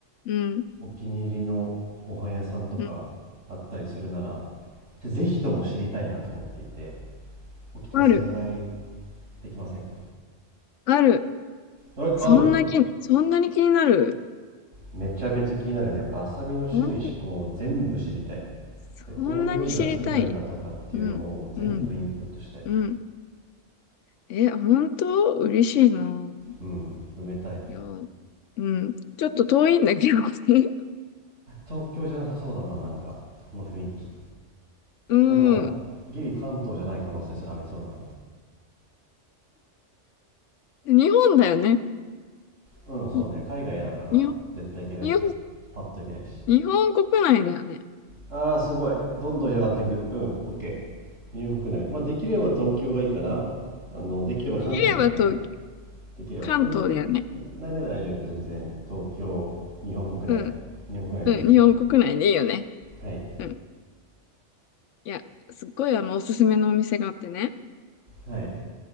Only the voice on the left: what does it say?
うん。
うん。
ある。
ある。
そんな気、
そんなに気になる。
そん、そんなに知りたい。
うん。うん。うん。え、本当嬉しいな。
いや、うん。ちょっと遠いんだけど。<laughs>
う
ん。
日本だよね。
に
日本、
日本、
日本国内だよね。
言えばと
関東だよね。
うん
うん、日本国内でいいよね。
うん。いや、すっごいあの、おすすめのお店があってね。